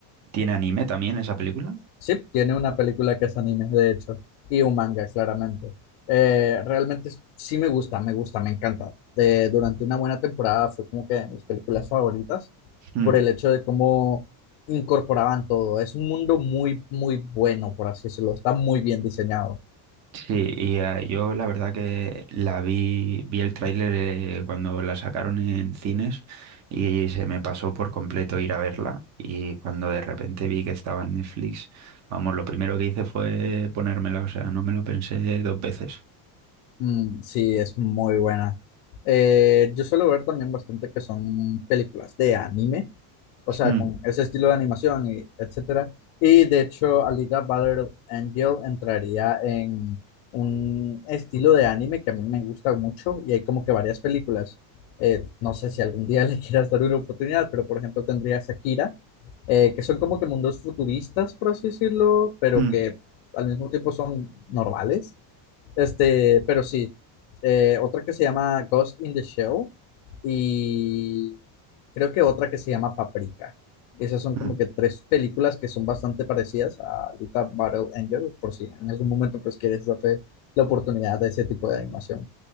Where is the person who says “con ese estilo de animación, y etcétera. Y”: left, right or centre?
Left